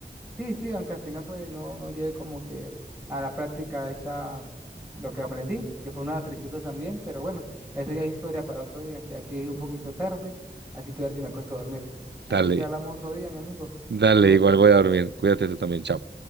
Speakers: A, in the centre; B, on the right (about 85°).
A: Sí, sí, aunque al final pues no, no lleve como que a la práctica esa lo que aprendí, que fue una tristeza también, pero bueno, eso ya es historia para otro día, ya que es un poquito tarde, así que a ver si me acuesto a dormir.
B: Dale,
A: Así que hablamos otro día, mi amigo.
B: dale,
A: Cuídate.
B: igual voy a dormir. Cuídate tú también, chao.